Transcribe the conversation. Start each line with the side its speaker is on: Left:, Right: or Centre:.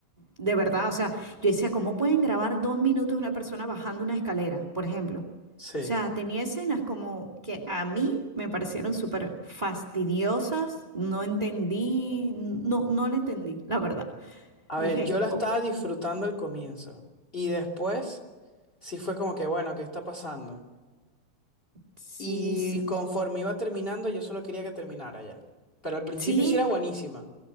Right: de verdad, o sea, yo decía, ¿cómo pueden grabar dos minutos de una persona bajando una escalera, por ejemplo?
Left: Sí.
Right: O sea, tenía escenas como que a mí me parecieron súper fastidiosas, no entendí, no, no la entendí, la verdad.
Left: A
Right: Dije,
Left: ver, yo la
Right: oh,
Left: estaba disfrutando al comienzo. Y después sí fue como que, bueno, ¿qué está pasando?
Right: sí,
Left: Y
Right: sí,
Left: conforme iba terminando, yo solo quería que terminara ya. Pero al principio
Right: sí,
Left: sí era buenísima.